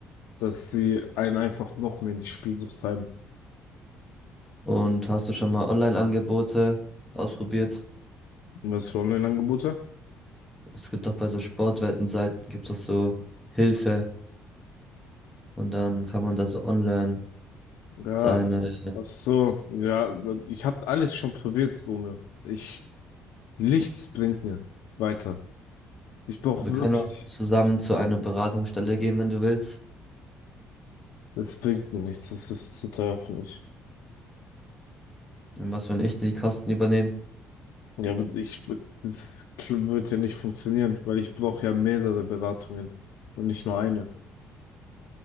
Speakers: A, on the left; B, in the centre.
A: dass sie einen einfach noch mehr in die Spielsucht treiben.
B: und hast du schon mal Online-Angebote ausprobiert?
A: Und was für Online-Angebote?
B: Es gibt auch bei so Sportwettenseiten gibt es so Hilfe und dann kann man da so online
A: Ja,
B: seine.
A: ach so, ja, ich habe alles schon probiert, Junge. Ich, nichts bringt mir weiter. Ich brauche
B: Wir können
A: wirklich,
B: auch zusammen zu einer Beratungsstelle gehen, wenn du willst.
A: das bringt mir nichts, das ist zu teuer für mich.
B: Und was, wenn ich die Kosten übernehme?
A: Ja, aber ich, das wird ja nicht funktionieren, weil ich brauche ja mehrere Beratungen und nicht nur eine.